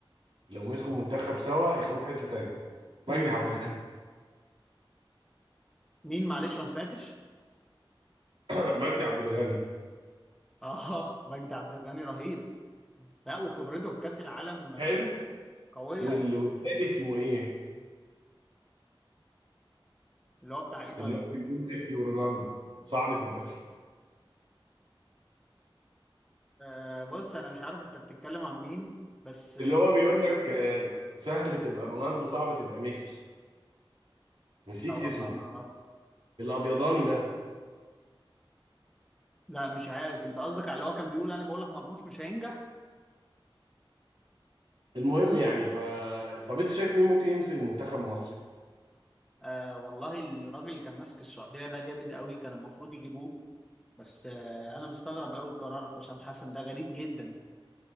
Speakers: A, on the right; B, in the centre.
A: لو مسكوا منتخب سوا يخلوه في حته تانيه مجدي
B: مين
A: عبد الغني
B: مين معلش ما سمعتش
A: <coughs> مجدي عبد الغني
B: <laughs> اه مجدي عبد الغني رهيب لا وخبرته في كاس العالم آه،
A: حلو
B: قوية
A: وال- والتاني اسمه ايه
B: اللي هو بتاع ايه
A: اللي هو بيقول ميسي ورونالدو صعب تبقى سهل
B: أه بص انا مش عارف انت بتتكلم عن مين بس آه،
A: اللي هو بيقول لك آه، سهل تبقى رونالدو صعب تبقى ميسي نسيت
B: لا والله
A: اسمه
B: ما اعرف
A: الابيضاني ده
B: لا مش عارف انت قصدك على اللي هو كان بيقول انا بقول لك مرموش مش هينجح
A: المهم يعني ف طب انت شايف مين ممكن يمسك المنتخب المصري
B: أه والله الراجل اللي كان ماسك السعوديه ده جامد قوي كان المفروض يجيبوه بس أه انا مستغرب قوي قرار حسام حسن ده غريب جدا